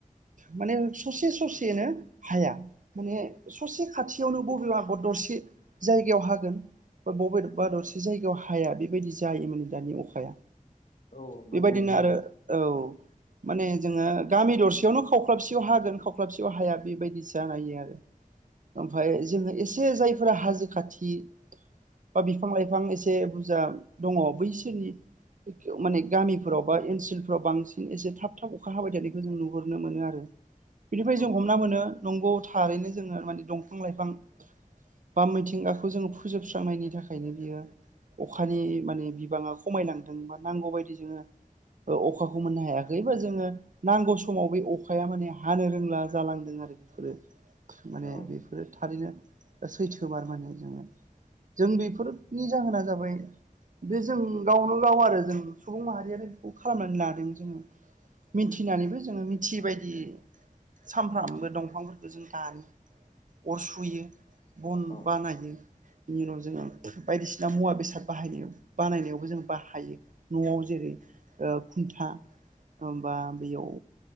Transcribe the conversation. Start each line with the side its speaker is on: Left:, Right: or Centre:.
Right: माने ससे ससेयैनो हाया। माने ससे खाथियावनो बबेब आगर दरसे जायगायाव हागोन बा बबे बा दरसे जायगायाव हाया बेबायदि जायोमोन दानि अखाया
Left: औ नंगौ
Right: बेबायदिनो
Left: नोंथां
Right: आरो औ माने जोङो गामि दरसेयावनो खावख्लाबसेयाव हागोन खावख्लाबसेयाव हाया बेबायदि जानायो आरो। ओमफफ्राय जोङो एसे जायफोरा हाजो खाथि बा बिफां लाइफां एसे बुरजा दङ बैसोरनि माने गामिफोराव बा ओनसोलफोराव बांसिन एसे थाब थाब अखा हाबाय थानायखौ जों नुहुरनो मोनो आरो। बिनिफ्राय जों
Left: औ
Right: हमना मोनो नंगौ थारैनो जोङो माने दंफां लाइफां बा मिथिंगाखौ जोङो फोजोबस्रांनायनि थाखायनो बियो अखानि माने बिबाङा खमायनांदों बा नांगौबायायदि जोङो ओ अखाखौ मोननो हायाखै बा जोङो नांगौ समाव बै अखाया माने हानो रोंला जालांदों आरो बेफोरो माने
Left: औ
Right: बे बेफोरो थारैनो सैथो मार माने जोङो जों बेफोरनि जाहोना जाबाय बे जों गावनो गाव आरो जों सुबुं माहारियानो बेखौ खालामनानै लादों जोङो। मिथिनानैबो जोङो मिथियै बायदि सामफ्रामबो दंफांफोरखौ जों दानो अर सुयो। बन
Left: औ
Right: बानायो बिनि उनाव जोङो बायदिसिना मुवा बेसाद बाहायो बानायनायावबो जों बाहायो न'आव जेरै ओ खुन्था बा बेयाव